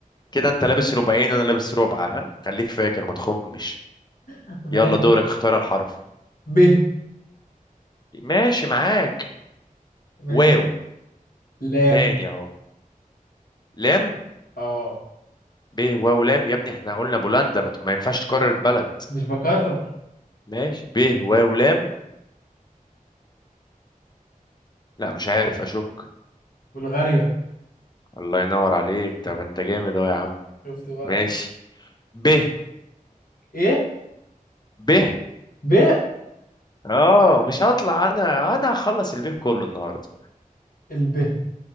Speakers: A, on the left (about 30°); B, on the left (about 75°).
A: كده انت لابس ربعين وانا لابس ربع ها خليك فاكر ما تخمش
B: ماشي
A: يلا دورك اختار الحرف
B: ب
A: ماشي معاك
B: ماشي
A: واو
B: لام
A: تاني اهو لام
B: اه
A: ب واو لام يا ابني احنا قلنا بولندا ما ت- ما ينفعش تكرر البلد
B: مش بكرر
A: ماشي ب واو لام لا مش عارف اشك
B: بلغاريا
A: الله ينور عليك طب انت جامد اهو يا عم
B: شفت بقى
A: ماشي ب
B: ايه
A: ب
B: ب
A: اه مش هطلع انا انا هخلص الب كله النهارده
B: <laughs> الب